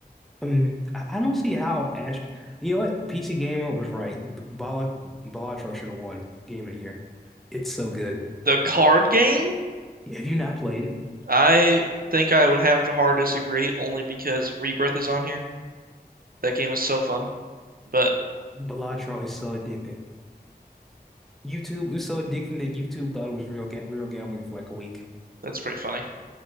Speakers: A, in the centre; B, on the right.
A: um, I I don't see how Ash. You know what? PC Gamer was right. B- Bala Balatro should have won game of the year. It's so good.
B: The card game?
A: Have you not played it?
B: I think I would have to hard disagree only because Rebirth is on here. That game is so fun, but
A: Balatro is so addicting. YouTube was so addicting that YouTube thought it was real ga real gambling for like a week.
B: that's pretty funny.